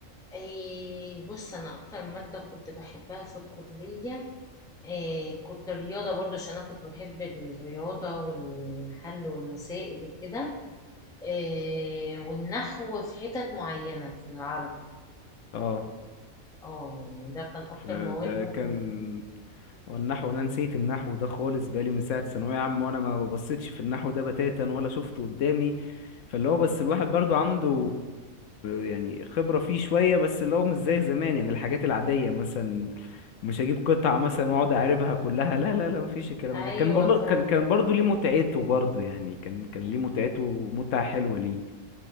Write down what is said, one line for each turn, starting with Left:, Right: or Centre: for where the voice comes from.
Centre: أي بص أنا أكتر مادة كنت بحبها في الكلية إيه كنت رياضة برضو عشان أنا كنت بحب الرياضة والحل والمسائل وكده آه والنحو في حتت معينة في العرض
Left: اه
Centre: اه يعني ده كان أكتر
Left: فده
Centre: مواد ممكن
Left: كان هو النحو انا نسيت النحو ده خالص بقالي من ساعه ثانويه عامه وانا ما ببصيتش في النحو ده بتاتا ولا شفته قدامي فاللي هو بس الواحد برضو عنده يعني خبره فيه شويه بس اللي هو مش زي زمان يعني الحاجات العاديه مثلا مش هجيب قطعه مثلا واقعد اعربها كلها لا لا لا مفيش الكلام
Centre: أيوة
Left: ده كان برضو
Centre: فاهمة
Left: كان كان برضو
Centre: فاهمة
Left: ليه متعته برضو يعني كان كان ليه متعته متعه حلوه ليه